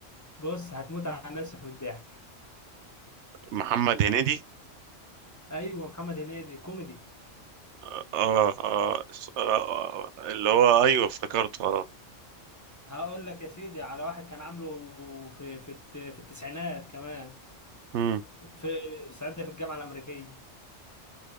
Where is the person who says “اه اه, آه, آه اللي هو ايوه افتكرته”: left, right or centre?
Right